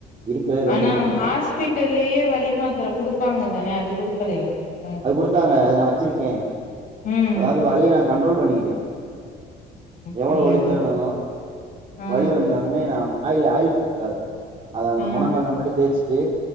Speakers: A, on the right (about 35°); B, on the left (about 55°).
A: இருக்கிற
B: ஆனா
A: கிட்னி
B: ஹாஸ்பிட்டல்லியே வலி மாத்ர குடுப்பாங்கதான அது குடுக்கலையா அப்ப?
A: அது குடுத்தாங்க அது நா வச்சிருக்கே
B: ம்
A: அதாவ்து வலிய நா கண்ட்ரோல் பண்ணிக்கிட்டே
B: அப்டியா
A: எவுளோ வலிச்சாலு
B: ஆ
A: வலி வந்தாலுமே நாம ஆயில் ஆயில் குடுத்துருக்காக அத அந்த
B: ஆ
A: மொனங்கால்ல மட்டு தேய்ச்சிட்டு